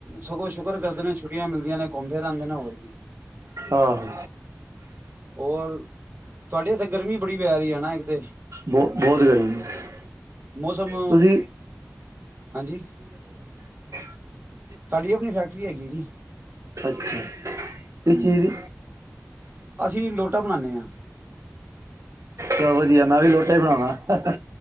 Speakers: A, on the right (about 40°); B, on the right (about 80°).
A: ਸਗੋਂ ਸ਼ੁਕਰ ਕਰਦੇ ਨੇ ਸ਼ੁਰ ਟੀਆਂ ਮਿਲਦੀਆਂ ਨੇ ਘੁੰਮ ਫੇਿਰ ਆਦੇ ਨੇ ਹੋਰ ਕੀ
B: ਆਹੋ
A: ਹੋਰ ਤੁਹਾਡੇ ਇੱਥੇ ਗਰਮੀ ਬੜੀ ਪੈ ਰਹੀ ਹੈ ਨਾ ਇੱਕ ਤੇ
B: ਬਹੁ ਬਹੁਤ ਗਰਮੀ ਹੈ
A: ਮੌਸਮ
B: ਤੁਸੀਂ
A: ਹਾਂਜੀ
B: ਹ
A: ਸਾਡੀ ਆਪਣੀ ਫੈਕਟਰੀ ਹੈਗੀ ਹੈ ਜੀ
B: ਅੱਛਾ ਇਹ
A: ਹਮ
B: ਚੀਜ਼
A: ਅਸੀਂ ਲੋਟਾ ਬਣਾਉਦੇ ਹਾਂ
B: ਚ ਵਧੀਆ ਮੈਂ ਵੀ ਲੋੋਟਾ ਹੀ ਬਣਾਉਵਣਾ